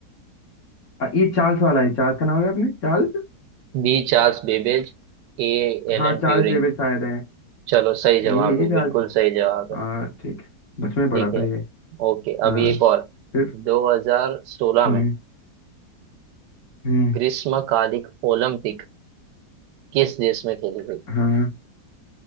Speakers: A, on the left (about 50°); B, on the right (about 85°).
A: अ, ये चार्ल्स वाला है चार्ल्स का नाम है आपने चार्ल्स
B: B Charles Babbage A
A: हाँ
B: Alan
A: चार्ल्स
B: Turing
A: बेबेज शायद है
B: चलो सही
A: यही
B: जवाब
A: है क्या
B: है
A: चार्ल्स
B: बिल्कुल सही जवाब है
A: हाँ ठीक है। बचपन में पढ़ा
B: ठीक है
A: था ये
B: ओके अभी
A: हाँ
B: एक और
A: फिर
B: 2016
A: हम्म
B: में
A: हम्म
B: ग्रीष्मकालिक ओलंपिक किस देश में खेली गई
A: हाँ